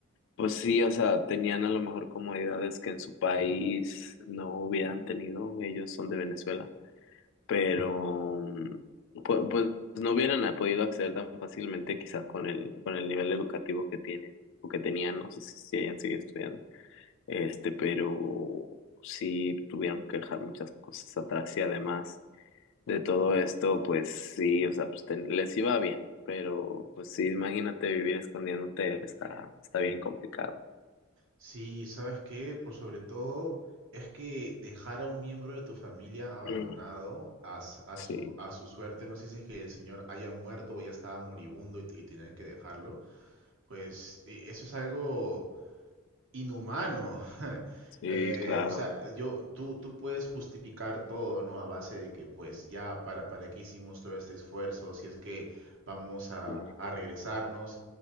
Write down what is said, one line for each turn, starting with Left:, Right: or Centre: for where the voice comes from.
Left: pues sí, o sea, tenían a lo mejor comodidades que en su país no hubieran tenido, ellos son de Venezuela, pero mm, pues, pues no hubieran podido acceder tan fácilmente quizás con el, con el nivel educativo que tienen o que tenían, no sé si, si hayan seguido estudiando. Este, pero sí tuvieron que dejar muchas cosas atrás y además de todo esto, pues sí, o sea, pues ten- les iba bien, pero pues sí, imagínate vivir escondiéndote, está, está bien complicado. <clears throat>
Right: Sí, ¿sabes qué? Por sobre todo es que dejar a un miembro de tu familia abandonado
Left: Mm,
Right: a, s- a
Left: Sí,
Right: su, a su suerte, no sé si es que el señor haya muerto o ya estaba moribundo y, t- y tenían que dejarlo, pues e- eso es algo Inhumano. <laughs>
Left: sí,
Right: Eh,
Left: claro,
Right: o sea, yo, tú, tú puedes justificar todo, ¿no? A base de que, pues, ya, para, para qué hicimos todo este esfuerzo, si es que vamos a,
Left: sí,
Right: a regresarnos.